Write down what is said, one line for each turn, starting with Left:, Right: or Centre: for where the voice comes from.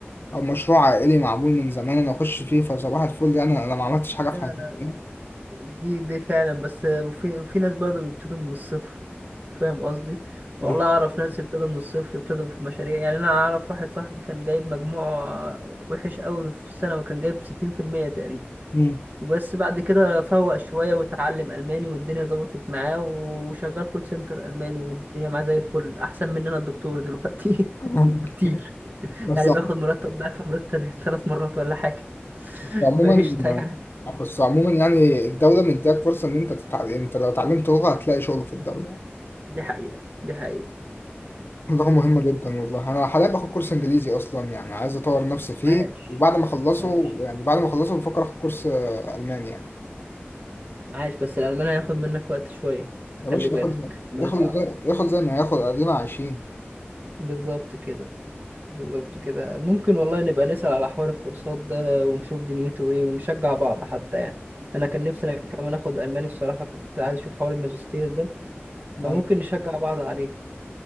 Left: او مشروع عائلي معمول من زمان انا اخش فيه فصباح الفل يعني انا ما عملتش حاجه في
Right: لا
Left: حياتي
Right: لا
Left: فاهم؟
Right: دي دي فعلا بس في في ناس برضه بيبتدوا من الصفر فاهم قصدي
Left: ف-
Right: والله اعرف ناس ابتدوا من الصفر ابتدوا في مشاريع يعني انا اعرف واحد صاحبي كان جايب مجموع وحش قوي في السنه وكان جايب 60% تقريبا
Left: مم.
Right: وبس بعد كده فوق شويه وتعلم الماني والدنيا ظبطت معاه وشغال كول سنتر الماني والدنيا معاه زي الفل احسن مننا الدكتور دلوقتي
Left: <laughs>
Right: <laughs> بكتير
Left: بس
Right: يعني بياخد مرتب ضعف مرتبي <laughs> ثلاث مرات ولا حاجه <laughs>
Left: عموما
Right: فقشطه يعني
Left: بس عموما يعني الدولة مديك فرصة إن أنت تتعلم أنت لو اتعلمت لغة هتلاقي شغل في الدولة
Right: دي حقيقه دي حقيقه
Left: اللغة مهمة جدا والله أنا حاليا باخد كورس إنجليزي أصلا يعني عايز أطور نفسي فيه
Right: عاش
Left: وبعد ما أخلصه
Right: عاش
Left: يعني بعد ما أخلصه بفكر آخد كورس آه، ألماني يعني
Right: عاش بس الألمان هياخد منك وقت شوية
Left: يا
Right: خلي
Left: باشا
Right: بالك
Left: ياخد زي-
Right: الماني
Left: ياخد
Right: صعب
Left: زي- ياخد زي ما ياخد أدينا عايشين
Right: بالظبط كده بالظبط كده ممكن والله نبقى نسأل على حوار الكورسات ده ونشوف دنيته ايه ونشجع بعض حتى يعني انا كان نفسي انا كمان اخد الماني الصراحة كنت عايز اشوف حوار الماجستير ده
Left: يعني
Right: فممكن نشجع بعض عليه